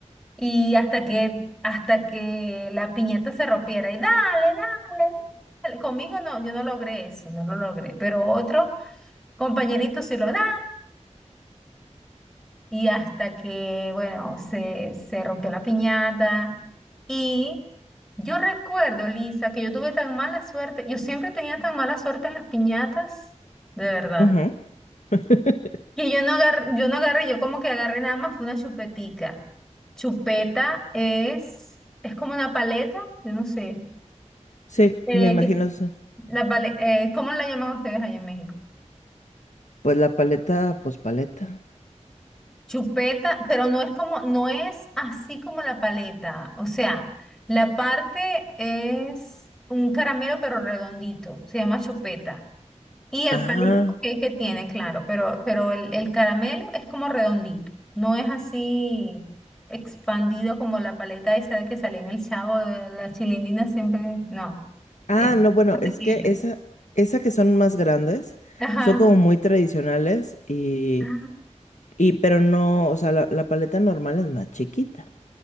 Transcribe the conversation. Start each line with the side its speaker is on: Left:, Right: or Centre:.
Centre: Y hasta que, hasta que la piñata se rompiera. Y dale, dale, dale. Conmigo no, yo no logré eso, no lo logré. Pero otro compañerito sí lo, dale, y hasta que, bueno, se, se rompió la piñata. Y yo recuerdo, Lisa, que yo tuve tan mala suerte, yo siempre tenía tan mala suerte en las piñatas, de verdad,
Left: Ujú. <laughs>
Centre: que yo no agarré, yo no agarré, yo como que agarré nada más, fue una chupetica. Chupeta es, es como una paleta, yo no sé,
Left: Sí,
Centre: eh,
Left: me imagino.
Centre: que,
Left: sí.
Centre: la pale- eh, ¿cómo la llaman ustedes allá en México?
Left: Pues la paleta, pues paleta.
Centre: Chupeta, pero no es como, no es así como la paleta. O sea, la parte es un caramelo pero redondito, se llama chupeta. Y el
Left: Ah,
Centre: palito que, que tiene, claro, pero, pero el, el caramelo es como redondito, no es así expandido como la paleta esa que sale en el Chavo, de la chilindina siempre, no,
Left: ah,
Centre: es
Left: no, bueno,
Centre: más pequeño.
Left: es que esa, esa que son más grandes,
Centre: Ajá.
Left: son como muy tradicionales y,
Centre: Ah,
Left: y pero no, o sea, la, la paleta normal es más chiquita.